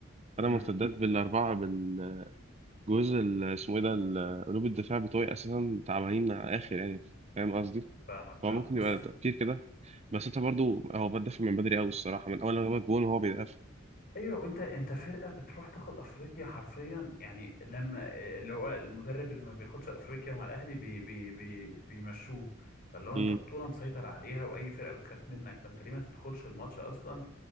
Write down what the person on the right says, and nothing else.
انا
مرتدات بالاربعه بالجزء ال- اسمه ايه ده ال- قلوب الدفاع بتوعي اساسا تعبانين اخر يعني فاهم قصدي
هو ممكن
يبقى تفكير كده بس انت برضه هو بدافع من بدري قوي الصراحه من اول ما جاب الجون وهو بيدافع
مم.